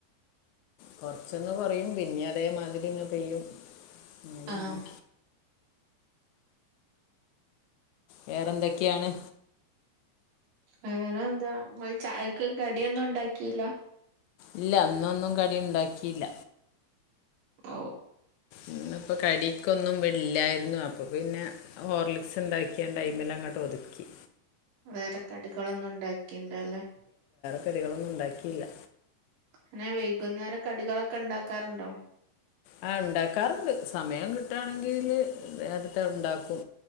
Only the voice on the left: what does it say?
കൊറച്ചൊന്ന് കൊറയും പിന്നിം അതേമാതിരിങ്ങ് പെയ്യും മഴയാണ്
വേറെന്തൊക്കെയാണ്
ഇല്ല ന്നൊന്നും കടി ഉണ്ടാക്കിയില്ല
ഇന്ന്പ്പ കടിക്കൊന്നും വടില്ലായ്ര്ന്നു അപ്പോ പിന്നെ ഹോർലിക്സ്ണ്ടാക്കിയാണ്ട് അയ്മലങ്ങട്ടൊ ഒതുക്കി
കടികളൊന്നുംണ്ടാക്കീല്ല
ആ ണ്ടാക്കാറ്ണ്ട് സമയം കിട്ടാണെങ്കില് നേരത്തെ ഉണ്ടാക്കും